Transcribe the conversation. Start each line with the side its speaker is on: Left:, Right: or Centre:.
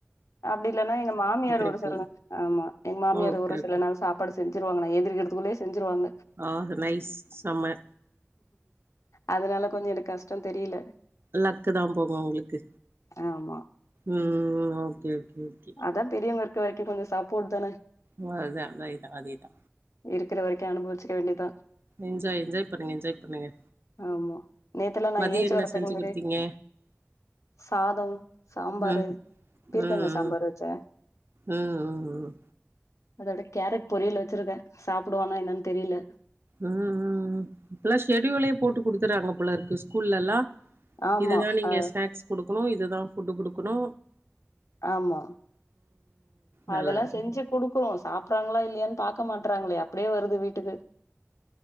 Left: அப்டி இல்லன்னா எங்க மாமியார் ஒரு
Right: இருக்கு
Left: சில நா ஆமா எங்க மாமியார்
Right: ஓகே
Left: ஒரு
Right: ஓகே
Left: சில நாள் சாப்பாடு செஞ்சிருவாங்க நா எந்திரிக்கிறதுக்குள்ளயே செஞ்சிருவாங்க
Right: ஆ நைஸ் செம்ம
Left: அதனால கொஞ்ச எனக்கு கஷ்ட தெரியல
Right: லக்கு தா போங்க உங்களுக்கு
Left: ஆமா
Right: ம் ஓகே ஓகே ஓகே
Left: அதா பெரியவங்க இருக்க வரைக்கு கொஞ்ச சப்போர்ட் தானே
Right: ஓ அதா அதேத அதேதா
Left: இருக்குற வரைக்கு அனுபவிச்சிக்க வேண்டியதா
Right: என்ஜாய் என்ஜாய் பண்ணுங்க என்ஜாய் பண்ணுங்க
Left: ஆமா நேத்துலா நா
Right: மதிய
Left: ஏன்ச்சு
Right: என்ன
Left: வரதுக்கு
Right: செஞ்சு
Left: முன்னாடியே
Right: குடுத்தீங்க
Left: சாதொ சாம்பாரு
Right: ம்
Left: பீர்க்கங்கா
Right: ம்
Left: சாம்பாரு வச்சே
Right: ம் ம் ம்
Left: அதோட கேரட் பொரியல் வச்சிருக்கே சாப்புடுவானா என்னன் தெரியல
Right: ம் ம் இப்பல்லா ஷெடியூலே போட்டு குடுத்துறாங்க போலருக்கு ஸ்கூல்லல்லா
Left: ஆமா
Right: இதுதா நீங்க
Left: அ
Right: ஸ்நாக்ஸ் குடுக்குணு இதுதா ஃபுட்டு குடுக்குணு
Left: ஆமா
Right: நல்லது
Left: அதெல்லா செஞ்சு
Right: நல்லது
Left: குடுக்குறோ சாப்புறாங்களா இல்லயான் பாக்க மாட்றாங்களே அப்டியே வருது வீட்டுக்கு